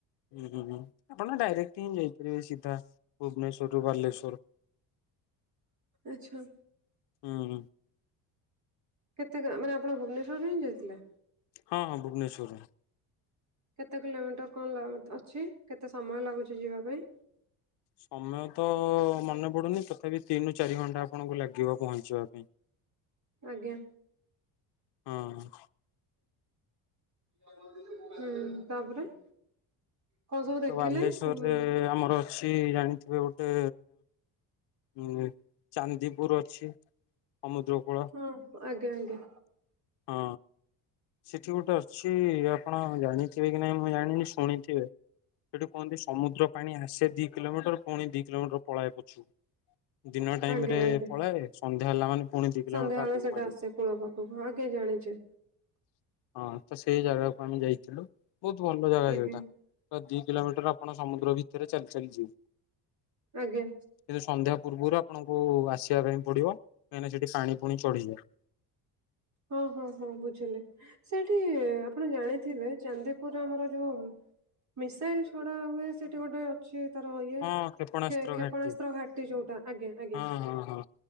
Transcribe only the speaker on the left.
ହୁଁ ଆପଣ ଡାଇରେକ୍ଟ ହିଁ ଯାଇପାରିବେ ସିଧା ଭୁବନେଶ୍ୱରରୁ ବାଲେଶ୍ୱର।
ହୁଁ-ହୁଁ।
ହଁ ଭୁବନେଶ୍ଵରରୁ।
ସମୟ ତ ମନେପଡୁନି ତଥାପି ତିନ ରୁ ଚାରି ଘଣ୍ଟା ଆପଣଙ୍କୁ ଲାଗିବ ପହଞ୍ଚିବା ପାଇଁ।
ହଁ।
ତ ବାଲେଶ୍ଵରରେ
ଆମର ଅଛି ଜାଣିଥିବେ ଗୋଟେ ଉଁ ଚାନ୍ଦିପୁର୍ ଅଛି ସମୁଦ୍ରକୂଳ।
ହଁ ସେଠି ଗୋଟେ ଅଛି ଆପଣ ଜାଣି ଥିବେ କି ନାଇଁ ମୁଁ ଜାଣିନି ଶୁଣିଥିବେ ସେଠି କୁହନ୍ତି ସମୁଦ୍ର ପାଣି ଆସେ ଦି କିଲୋମିଟର ପୁଣି ଦି କିଲୋମିଟର ପଳଏ ପଛୁ ଦିନ ଟାଇମ୍
ରେ
ପଳଏ ସନ୍ଧ୍ୟା ହେଲା ମାନେ ପୁଣି ଦିଇ କିଲୋମିଟର
ଆଗକୁ
ମାଡ଼ିବ।
ହଁ ତ ସେଇ ଜାଗାକୁ ଆମେ ଯାଇଥିଲୁ। ବହୁତ୍ ଭଲ ଜାଗା
ସେଇଟା, ତ ଦି କିଲୋମିଟର ଆପଣ ସମୁଦ୍ର ଭିତରେ ଚାଲି-ଚାଲି ଯିବେ।
କିନ୍ତୁ ସନ୍ଧ୍ୟା ପୂର୍ବରୁ ଆପଣଙ୍କୁ ଆସିବା ପାଇଁ ପଡିବ, କାହିଁକିନା ସେଠି ପାଣି ପୁଣି ଚଢିଯାଏ।
ହଁ
କ୍ଷେପଣାସ୍ତ୍ର
ଘାଟି
ହଁ ହଁ ହଁ